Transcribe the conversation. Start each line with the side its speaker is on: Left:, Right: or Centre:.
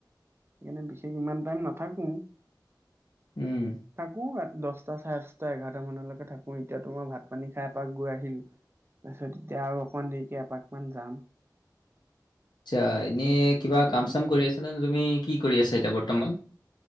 Right: সেইকাৰণে বিশেষ ইমান টাইম নাথাকো।
Left: উম
Right: থাকো ৰা দশটা চাৰে দশটা এঘাৰটা মানলৈকে থাকো এতিয়াতো মই ভাত পানী খাই এপাক গৈ আহিলো তাৰপিছত এতিয়া আৰু অকমান দেৰিকে এপাক মান যাম
Left: আচ্ছা এনেই কিবা
Right: এই
Left: কাম চাম কৰি আছনে তুমি কি কৰি আছা এতিয়া বৰ্তমান?